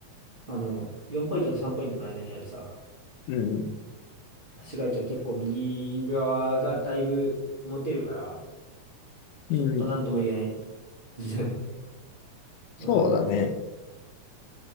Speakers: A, on the right; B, on the left.
A: あの、4ポイントと3ポイントの間にあるさ、
B: うん、
A: 市街地は結構右側がだいぶ持てるから、ちょっとなんとも言えないん
B: うん、
A: だよね。
B: そうだね。
A: <laughs> うん。